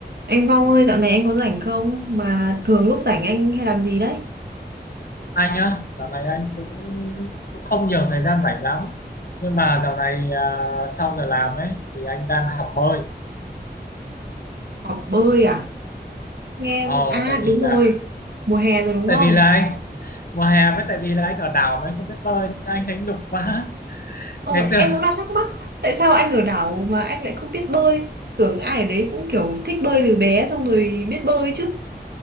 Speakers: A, on the right; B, on the left.
A: Anh Vong ơi, dạo này anh có rảnh không? Mà thường lúc rảnh anh hay làm gì đấy?
B: anh á dạo này anh cũng cũng không nhiều thời gian rảnh lắm nhưng mà dạo này à, sau giờ làm ấy thì anh đang học bơi
A: Học bơi à? Nghe...
B: Ồ,
A: À
B: tại vì
A: đúng rồi,
B: là
A: mùa hè rồi đúng
B: tại
A: không?
B: vì là anh mùa hè với tại vì là anh ở đảo mà anh không biết bơi nên anh thấy nhục quá <laughs>
A: Ờ,
B: ngày xưa
A: em cũng đang thắc mắc, tại sao anh ở đảo mà anh lại không biết bơi? Tưởng ai ở đấy cũng kiểu thích bơi từ bé xong rồi biết bơi chứ.